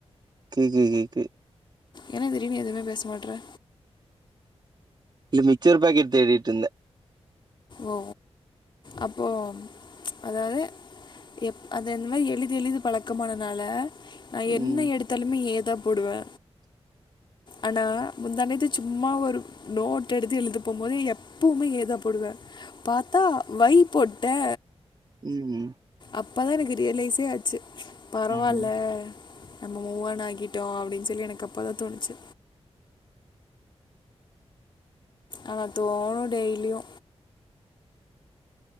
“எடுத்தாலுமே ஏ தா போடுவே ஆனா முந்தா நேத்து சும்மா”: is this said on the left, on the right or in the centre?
Left